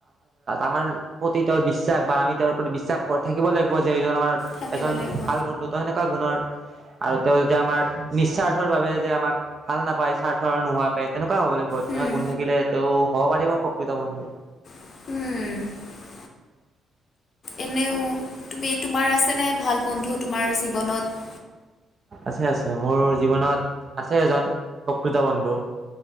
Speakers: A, on the right; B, on the left.
A: আমাৰ প্ৰতি তেওঁৰ বিশ্বাস বা আমি তেওঁৰ প্ৰতি বিশ্বাস থাকিব লাগিব যে এইজন আমাৰ
B: থাকিব
A: এজন
B: লাগিব।
A: ভাল বন্ধুতো সেনেকুৱা গুণৰ আৰু তেওঁ যেতিয়া আমাৰ নিস্বাৰ্থৰ বাবে যে আমাক ভাল নাপায় স্বাৰ্থ নোহোৱাকে তেনেকুৱা হ'ব লাগিব তেনেকুৱ
B: উম,
A: গুণ থাকিলে তেওঁ হ'ব পাৰিব প্ৰকৃত বন্ধু
B: উম এনেও তুমি তোমাৰ আছে নে ভাল বন্ধু তোমাৰ জীৱনত।
A: আছে আছে মোৰ জীৱনত আছে এজন প্ৰকৃত বন্ধু।